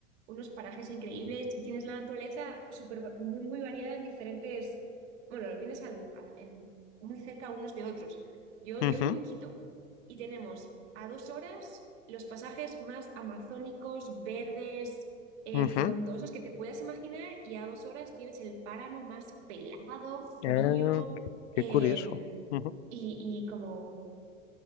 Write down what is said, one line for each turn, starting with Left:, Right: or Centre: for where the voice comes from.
Right: unos parajes increíbles, y tienes la naturaleza súper, va- muy, muy variada en diferentes, bueno, lo tienes al- a en- muy cerca unos de otros. Yo,
Left: ujú,
Right: yo vivo en Quito y tenemos a dos horas los pasajes más amazónicos, verdes, eh,
Left: ujú.
Right: frondosos que te puedas imaginar y a dos horas tienes el páramo más pelado, frío.
Left: Ah, qué
Right: em,
Left: curioso. Ujú.
Right: y, y como